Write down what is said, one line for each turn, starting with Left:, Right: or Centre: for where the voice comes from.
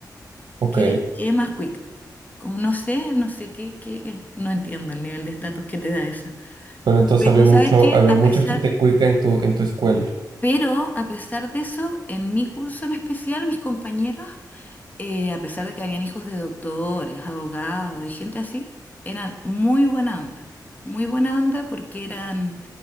Right: Ok.
Left: ¿Qué, qué es más cuica? Como no sé, no sé qué, qué, qué. No entiendo el nivel de estatus que te da eso.
Right: Pero entonces
Left: Pero
Right: había mucho,
Left: sabes qué,
Right: había
Left: a
Right: mucha
Left: pesar,
Right: gente cuica en tu, en tu escuela.
Left: pero a pesar de eso, en mi curso en especial, mis compañeros, eh, a pesar de que habían hijos de doctores, abogados y gente así, eran muy buena onda. Muy buena onda porque eran,